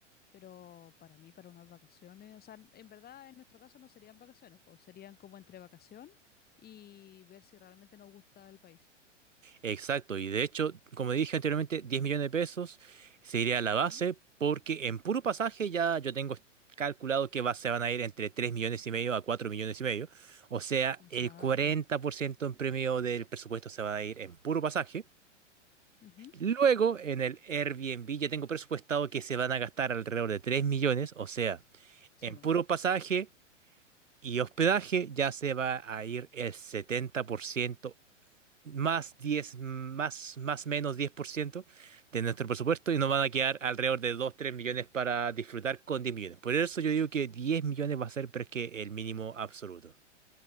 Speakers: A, on the left (about 25°); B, on the right (about 85°).
A: pero para mí, para unas vacaciones, o sea, en verdad en nuestro caso no serían vacaciones, pues serían como entre vacación y ver si realmente nos gusta el país.
B: Exacto, y de hecho, como dije anteriormente, 10 millones de pesos sería la base
A: Ujú,
B: porque en puro pasaje ya yo tengo calculado que va, se van a ir entre 3 millones y medio a 4 millones y medio. O sea,
A: Exacto.
B: el 40% en premio del presupuesto se va a ir en puro pasaje.
A: Ujú,
B: Luego, en el Airbnb ya tengo presupuestado que se van a gastar alrededor de 3 millones. O sea,
A: Sí,
B: en
A: po.
B: puro pasaje y hospedaje ya se va a ir el 70% más diez más, más menos 10% de nuestro presupuesto y nos van a quedar alrededor de 2 3 millones para disfrutar con 10 millones. Por eso yo digo que 10 millones va a ser, pero es que el mínimo absoluto.